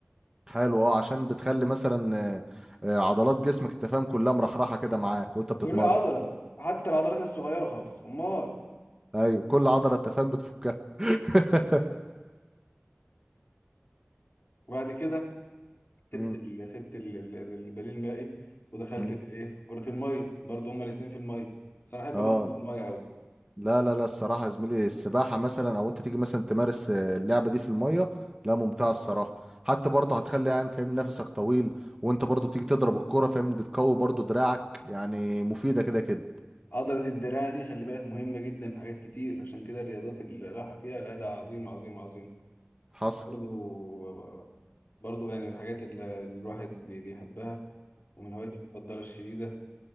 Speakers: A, on the right (about 15°); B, on the left (about 55°).
A: حلو اه عشان بتخلي مثلا آه، آه، عضلات جسمك انت فاهم كلها مرحرحه كده معاك وانت بتتمرن
B: تقول لي عضله حتى العضلات الصغيره خالص امال
A: ايوه كل عضله انت فاهم بتفكها <laughs>
B: وبعد كده سبت
A: مم.
B: ال... سبت ال... ال- البديل المائي ودخلت
A: مم.
B: في الايه في كرة المية برضو هما الاتنين في المية بس انا احب
A: اه
B: ابطل في المية قوي
A: لا لا لا الصراحه يا زميلي السباحه مثلا او انت تيجي مثلا تمارس آه، اللعبه دي في الميه لا ممتعه الصراحه حتى برضه هتخلي يعني فاهم نفسك طويل وانت برضه بتيجي تضرب الكوره فاهمني بتقوي برضه دراعك يعني مفيده كده كده
B: عضلة الدراع دي خلي بالك مهمة جدا في حاجات كتير عشان كده الرياضات اللي راحة فيها لا ده عظيم عظيم عظيم
A: حصل
B: برضو برضو يعني من الحاجات اللي الواحد بي- بيحبها ومن هواياتي المفضلة الشديدة